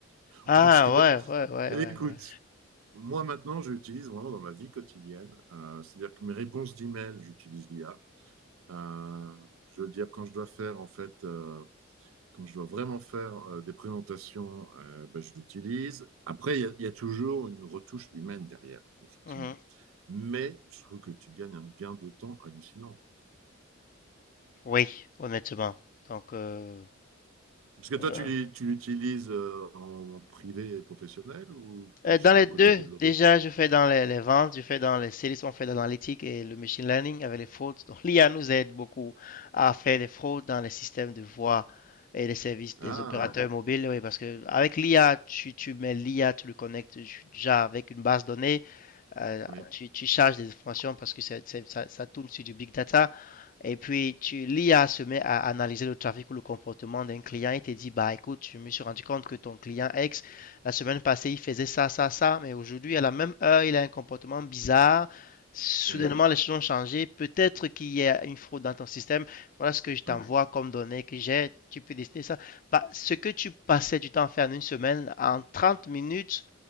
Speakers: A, on the right; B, on the left.
A: <laughs>
B: Ah,
A: Parce que,
B: ouais, ouais, ouais, ouais,
A: écoute,
B: ouais.
A: moi, maintenant, je l'utilise vraiment dans ma vie quotidienne. Euh, c'est-à-dire que mes réponses d'email, j'utilise l'IA. Euh, je veux dire, quand je dois faire, en fait. euh, quand je dois vraiment faire euh, des présentations, euh, ben, je l'utilise. Après, il y a- y, a toujours une retouche humaine derrière, effectivement.
B: Mhm.
A: Mais je trouve que tu gagnes un gain de temps hallucinant.
B: Oui, honnêtement. Donc, euh,
A: Parce que toi,
B: euh,
A: tu l'y- tu l'utilises euh, en privé et professionnel ou plus
B: euh, dans les
A: d'un
B: deux,
A: côté que de l'autre?
B: déjà, je fais dans les, les ventes, je fais dans les services, on fait dans l'analytique et le machine learning avec les fraudes. Donc, l'IA nous aide beaucoup à faire des fraudes dans les systèmes de voix et les services
A: Ah,
B: des opérateurs mobiles. Oui, parce que avec l'IA, tu, tu mets l'IA, tu le connectes déjà avec une base de données, euh,
A: oui,
B: tu, tu charges des informations parce que c'est- c'est- ça, ça tourne sur du big data. Et puis, tu, l'IA se met à analyser le trafic ou le comportement d'un client et te dit, bah écoute, je me suis rendu compte que ton client X, la semaine passée, il faisait ça, ça, ça, mais aujourd'hui, à la même heure, il a un comportement bizarre. Soudainement,
A: oui,
B: les choses ont changé. Peut-être qu'il y a une fraude dans ton système. Voilà ce que je t'envoie
A: ouais.
B: comme données que j'ai. Tu peux décider ça. Bah, ce que tu passais du temps à faire en une semaine, en 30 minutes,